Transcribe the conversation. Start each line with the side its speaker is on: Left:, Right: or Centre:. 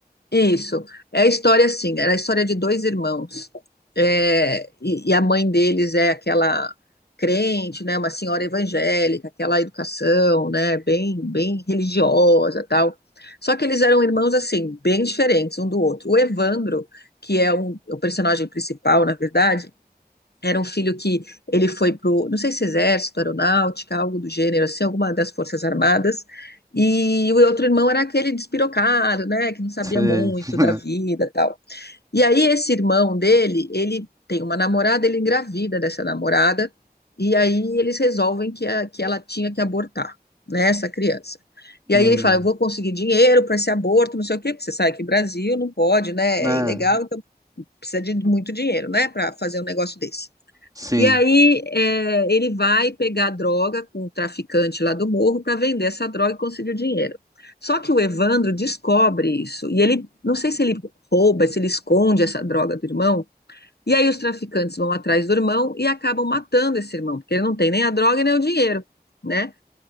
Left: isso. É a história, assim, era a história de dois irmãos. É, e, e a mãe deles é aquela crente, né, uma senhora evangélica, aquela educação, né, bem, bem religiosa, tal. Só que eles eram irmãos assim, bem diferentes um do outro. O Evandro, que é um, o personagem principal, na verdade, era um filho que ele foi pro, não sei se exército, aeronáutica, algo do gênero, assim, alguma das forças armadas. E o outro irmão era aquele despirocado, né, que não sabia
Right: Sei.
Left: muito
Right: <laughs>
Left: da vida, tal. E aí esse irmão dele, ele tem uma namorada, ele engravida dessa namorada, e aí eles resolvem que, a- que ela tinha que abortar, né, essa criança. E
Right: Hum,
Left: aí ele fala, eu vou conseguir dinheiro para esse aborto, não sei o quê, porque você sabe que Brasil não pode, né,
Right: né?
Left: é ilegal, então precisa de muito dinheiro, né, para fazer um negócio desse.
Right: Sim.
Left: E aí é, ele vai pegar droga com o traficante lá do morro para vender essa droga e conseguir o dinheiro. Só que o Evandro descobre isso e ele, não sei se ele rouba, se ele esconde essa droga do irmão. E aí os traficantes vão atrás do irmão e acabam matando esse irmão, porque ele não tem nem a droga e nem o dinheiro, né?